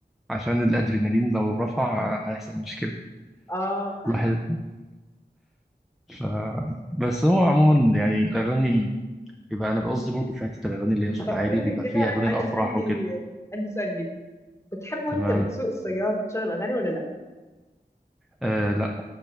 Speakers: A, in the centre; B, on the left.
A: عشان الادرينالين لو رفع هيحصل مشكله
B: اه
A: الواحد <laughs> ف... بس هو عموما يعني الاغاني بيبقى انا بقصدي برضو في حته الاغاني اللي هي صوت
B: طب قول
A: عالي بيبقى
B: لي كده
A: فيه
B: ع-
A: اغاني الافراح
B: انا عندي
A: وكده
B: عندي سؤال ليك بتحب وانت
A: تمام
B: بتسوق السيارة تشغل اغاني ولا لا
A: آه لا